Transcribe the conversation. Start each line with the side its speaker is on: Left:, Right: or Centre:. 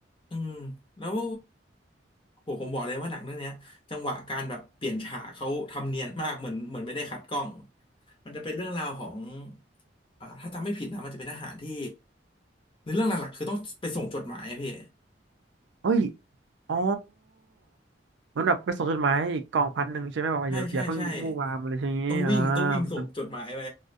Left: อืมแล้วโหผมบอกเลยว่าหนังเรื่องเนี้ยจังหวะการแบบเปลี่ยนฉากเขาทำเนียนมากเหมือนเหมือนไม่ได้คัดกล้องมันจะเป็นเรื่องราวของอ่าถ้าจำไม่ผิดนะมันจะเป็นทหารที่ในเรื่องหลักๆคือต้องไปส่งจดหมายอะพี่
Right: ๆเอ้ย อ๋อมันแบบไปส่งจดหมายอีกกองพันหนึ่งใช่ไหมแบบว่าอย่าอย่าเพิ่งมู่วามอะไรอย่างนี้อ่า
Left: ใช่ใช่ใช่ต้องวิ่งต้องวิ่งส่งจดหมายไป
Right: มัน